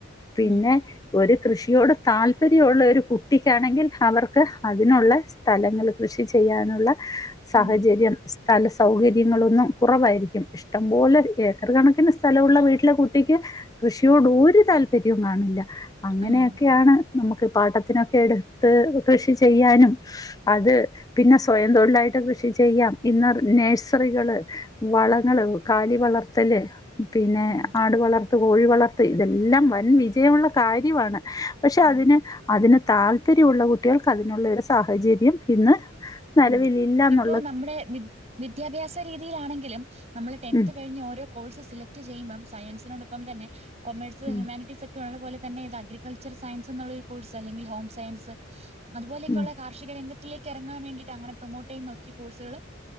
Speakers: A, on the left (about 20°); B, on the right (about 35°).
A: പിന്നെ
B: ഉം
A: ഒരു കൃഷിയോട് താല്പര്യവുള്ള ഒരു കുട്ടിക്കാണെങ്കിൽ അവർക്ക് അതിനുള്ള സ്ഥലങ്ങൾ കൃഷി ചെയ്യാനുള്ള സാഹചര്യം
B: ഉം ഉം
A: സ്ഥല സൗകര്യങ്ങളൊന്നും കുറവായിരിക്കും ഇഷ്ടംപോലെ ഏ ചെറുകണക്കിന് സ്ഥലൊള്ള വീട്ടിലെ കുട്ടിക്ക് കൃഷിയോട് ഒരു താല്പര്യവും കാണില്ല. അങ്ങനെയൊക്കെയാണ്
B: ഉം
A: നമുക്ക് പാട്ടത്തിനൊക്കെ എടുത്ത് കൃഷി ചെയ്യാനും അത് പിന്നെ സ്വയം തൊഴിലായിട്ട് കൃ ഷി ചെയ്യാം. ഇന്ന് നേഴ്സറികള്, വളങ്ങള്, കാലി വളർത്തല് പിന്നെ
B: ഉം
A: ആട് വളർത്ത്, കോഴി വളർത്ത് ഇതെല്ലാം വൻ വിജയമുള്ള കാര്യമാണ്. പക്ഷെ
B: ഉം
A: അതിന് അതിന് താല്പര്യമുള്ള കുട്ടികൾക്ക് അതിനുള്ളെ ഒരു സാഹചര്യം ഇന്ന് നെലവിലില്ലാന്ന
B: ഉം ഇപ്പോ നമ്മുടെ വിദ്യാഭ്യാസ രീതിയിലാണെങ്കിലും നമ്മള് ടെൻത്ത്
A: ഉം
B: കഴിഞ് ഓരോ കോഴ്സ് സെലക് ട് ചെയ്യുമ്പം സയൻസിനോടൊപ്പം തന്നെ കൊമേഴസ്,
A: ഉം
B: ഹ്യൂമാനിറ്റീസൊക്കെ ള്ള പോലെതന്നെ ഇത് അഗ്രികൾച്ചർ സയൻസ് എന്നുള്ള ഒരു കോഴ്സ് അല്ലെങ്കി ഹോം സയൻസ് അതുപോലൊക്കെയുള്ള
A: ഉം
B: കാർ ഷിക രംഗത്തിലേക്ക് എറങ്ങാൻ വേണ്ടിട്ടങ്ങനെ പ്രമോട്ട് ചെയ്യുന്ന ഒത്തിരി കോഴ്സുകള്